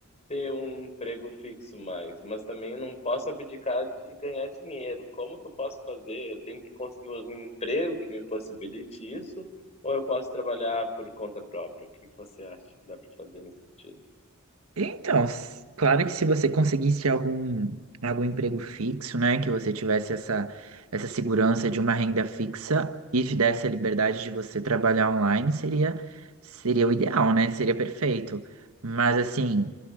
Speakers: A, on the left; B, on the right.
A: ter um emprego fixo mais, mas também eu não posso abdicar de ganhar dinheiro. Como que eu posso fazer? Eu tenho que conseguir um emprego que me possibilite isso, ou eu posso trabalhar por conta própria? O que que você acha que dá para fazer nesse sentido?
B: Então, s- claro que se você conseguisse algum, algum emprego fixo, né, que você tivesse essa, essa segurança de uma renda fixa e te desse a liberdade de você trabalhar online, seria, seria o ideal, né? Seria perfeito. Mas, assim,